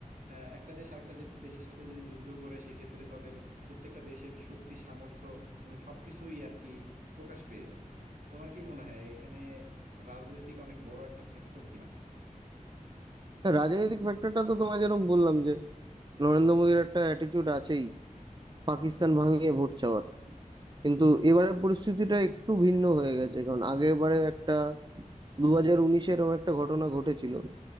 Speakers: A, on the right; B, on the right.
A: আহ, একটা দেশ আরেকটা যে- দেশের সাথে যদি যুদ্ধ করে সেক্ষেত্রে তাদের প্রত্যেকটা দেশের শক্তি সামর্থ্য এবং সবকিছুই আর কি প্রকাশ পেয়ে যায় তোমার কি মনে হয় এখানে রাজনৈতিক অনেক বড় একটা ফ্যাক্টর কিনা
B: হ্যাঁ, রাজনৈতিক ফ্যাক্টরটা তো তোমায় যেরকম বললাম যে নরেন্দ্র মোদীর একটা অ্যাটিটিউড আছেই পাকিস্তান ভাঙিয়ে ভোট চাওয়ার কিন্তু এবারের পরিস্থিতিটা একটু ভিন্ন হয়ে গেছে কারণ আগেরবারে একটা দু হাজার উনিশে এরকম একটা ঘটনা ঘটেছিল